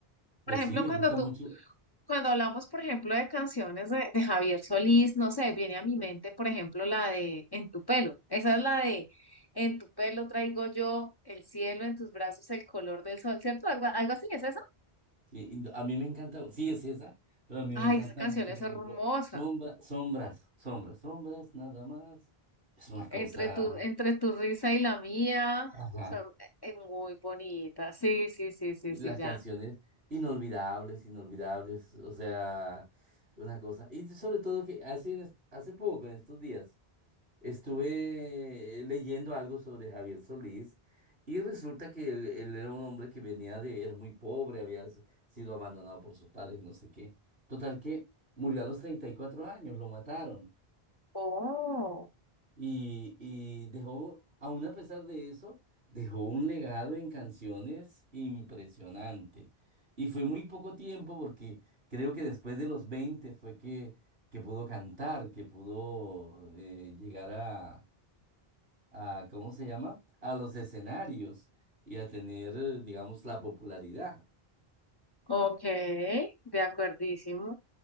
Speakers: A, on the right (about 85°); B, on the left (about 25°).
A: pues
B: por ejemplo,
A: sí, me
B: cuando
A: gusta
B: tú,
A: mucho.
B: Cuando hablamos, por ejemplo, de canciones de, de Javier Solís, no sé, viene a mi mente, por ejemplo, la de En tu pelo. Esa es la de En tu pelo traigo yo el cielo, en tus brazos el color del sol, ¿cierto? Algo, algo así, ¿es esa?
A: sí, y a mí me encanta, sí es esa, pero a mí
B: Ay,
A: me encanta
B: esa canción
A: mucho,
B: es
A: por
B: hermosa.
A: ejemplo, sombra, sombras, sombras, sombras, nada más. Es una cosa.
B: Entre tu, entre tu risa y la mía,
A: Ajá.
B: o sea, e, es muy bonita. Sí, sí, sí, sí,
A: Y
B: sí,
A: las
B: ya.
A: canciones inolvidables, inolvidables, o sea, una cosa. Y sobre todo que hace, en est- hace poco, en estos días, estuve leyendo algo sobre Javier Solís y resulta que él, él era un hombre que venía de, era muy pobre, había s- sido abandonado por sus padres, no sé qué. Total que murió a los 34 años, lo mataron.
B: Oh,
A: Y, y dejó, aún a pesar de eso, dejó un legado en canciones impresionante. Y fue muy poco tiempo porque creo que después de los 20 fue que, que pudo cantar, que pudo eh, llegar a, a, ¿cómo se llama? A los escenarios y a tener, eh, digamos, la popularidad.
B: ok, de acuerdísimo.